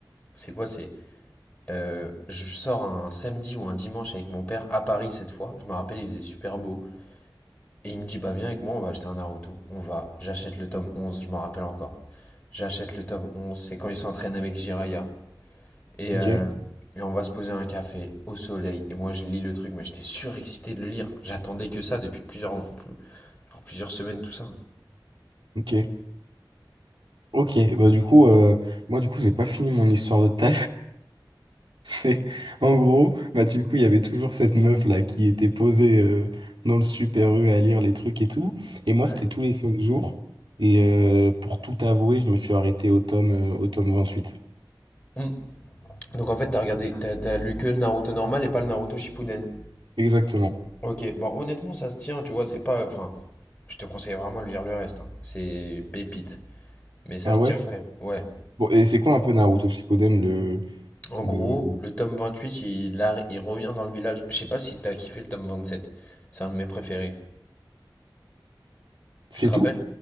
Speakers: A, on the left; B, on the right.
A: c'est quoi? C'est. Euh, je sors un samedi ou un dimanche avec mon père à Paris cette fois. Je me rappelle, il faisait super beau. Et il me dit, bah viens avec moi, on va acheter un Naruto. On va. J'achète le tome 11. je m'en rappelle encore. J'achète le tome onze c'est quand ils s'entraînent avec Jiraiya. Et,
B: Ok.
A: euh, et on va se poser à un café au soleil. Et moi, je lis le truc, mais j'étais surexcité de le lire. J'attendais que ça depuis plusieurs, plus- genre plusieurs semaines, tout ça.
B: Ok. Ok. Bah du coup, euh, moi du coup, j'ai pas fini mon histoire de tout C'est en gros, bah du coup, il y avait toujours cette meuf là qui était posée euh, dans le Super U à lire les trucs et tout. Et moi,
A: Ouais.
B: c'était tous les 5 jours. Et euh, pour tout avouer, je me suis arrêté au tome euh, au tome 28.
A: Mm. Donc en fait, t'as regardé, t'as, t'as lu que le Naruto normal et pas le Naruto Shippuden.
B: Exactement.
A: Ok, bon, honnêtement, ça se tient, tu vois, c'est pas. Enfin, je te conseille vraiment de lire le reste, hein. C'est une pépite. Mais ça
B: Ah
A: se
B: ouais?
A: tient quand même. Ouais.
B: Bon, et c'est quoi un peu Naruto Shippuden le
A: En gros,
B: le
A: le tome vingt huit il, arri- il revient dans le village. Je sais pas si t'as kiffé le tome vingt sept C'est un de mes préférés. Tu
B: C'est
A: te rappelles?
B: tout?